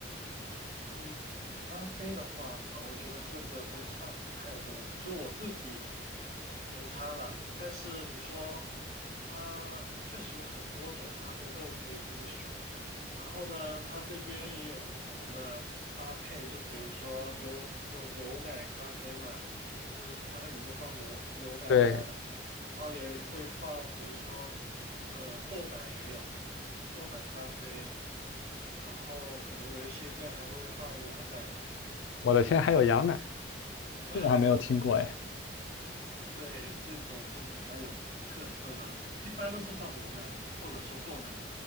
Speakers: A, on the right (about 50°); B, on the left (about 80°).
A: 嗯，咖啡的话，我觉得喝着都差不太多，就我自己没差了。但是你说它确实有很多种咖啡豆可以给你选，然后呢，它这边也有不同的搭配，就比如说有有牛奶咖啡嘛，就是咖啡里面放牛牛奶的呀，
B: 对，
A: 然后也会放，比如说。呃，豆奶也有，豆奶咖啡，然后可能有一些店还会放羊奶吧，
B: 我的天，还有羊奶，
A: 呃，
B: 这个还没有听过哎。
A: 对，这种就比较有特色的了，一般都是放牛奶的，或者说豆奶，